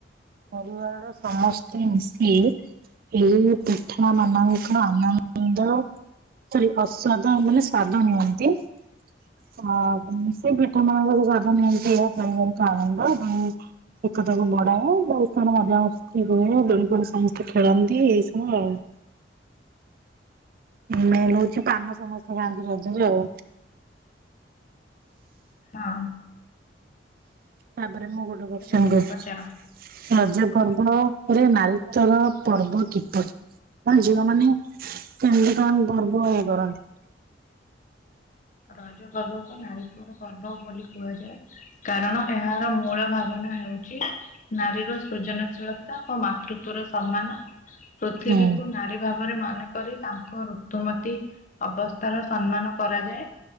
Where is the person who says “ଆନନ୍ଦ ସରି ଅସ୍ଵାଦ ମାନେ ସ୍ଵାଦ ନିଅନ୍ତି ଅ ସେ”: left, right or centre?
Right